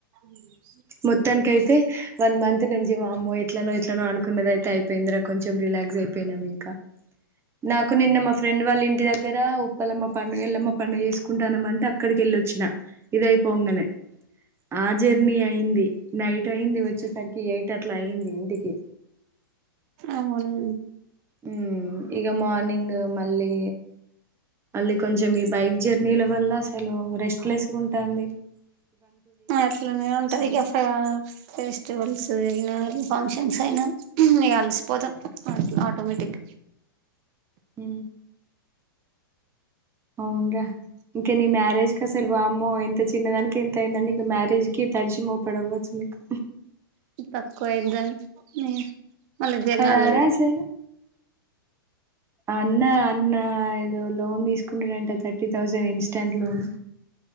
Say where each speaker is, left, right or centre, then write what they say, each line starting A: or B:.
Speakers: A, on the right; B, on the right.
A: అ
B: మొత్తానికి అయితే వన్ మంత్ నుంచి వామ్మొ ఎట్లనో ఎట్లనో అనుకున్నది అయితే అయిపోయిందిరా కొంచెం రిలాక్స్ అయిపోయినాం ఇంకా నాకు కు నిన్న మా ఫ్రెండ్ వాళ్ళ ఇంటి దగ్గర ఉప్పలమ్మ పండుగలమ్మ పండుగ చేసుకుంటానమంటే అక్కడికి ఎళ్ళొచ్చిన ఇదయిపోంగానే ఆ జర్నీ అయి ది నైట్ అయింది వచ్చేసరికి ఎయిట్ అట్లా అయింది ఇంటికి
A: అవును
B: ఊ ఇక మార్నింగ్ మళ్ళీ అ కొంచెం ఈ బైక్ జర్నీల వల్ల అసలు రెస్ట్ లెస్ ఉంటుంది
A: అట్లనే ఉంటది
B: నుంచి
A: ఇక ఫ ఫెస్టివల్స్ అయినా ఫంక్షన్స్ అయినా నే అలసిపోదాం ఆటోమేటిక్గా
B: అ అవునురా ఇంకా నీ మ్యారేజ్ కసలు బామ్మో ఇంత చిన్నదానికి ఎంత అయిందండి ఇక మ్యారేజ్కి తడిచి మోపడవ్వచ్చు మీకు
A: తక్కువ అయిద్దని మళ్ళీ జనాలు
B: కద రానా అన్న అన్న లోన్లు ఏమన్నా తీసు డంటే థర్టీ థౌజండ్ ఇన్స్టాంట్ లోన్